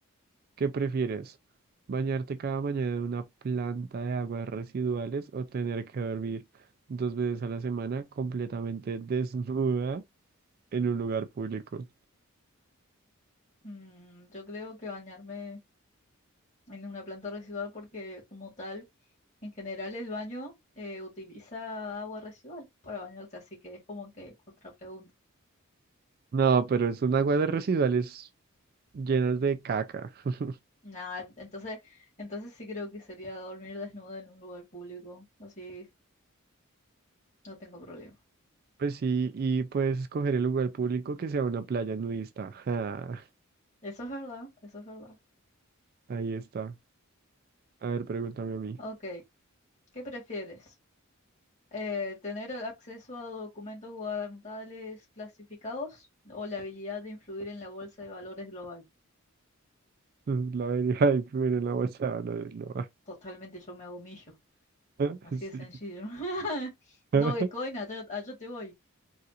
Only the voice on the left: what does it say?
Mm, yo creo que bañarme en una planta residual porque como tal, en general el baño eh, utiliza agua residual para bañarse, así que es como que otra pregunta.
Nada, entonces, entonces sí creo que sería dormir desnudo en un lugar público, así no tengo problema.
Eso es verdad, eso es verdad.
Ok, ¿qué prefieres? Eh, ¿tener el acceso a documentos gubernamentales clasificados o la habilidad de influir en la bolsa de valores global?
Totalmente yo me hago millo.
Así de sencillo.
<laughs> Dogecoin,
allá, allá te voy.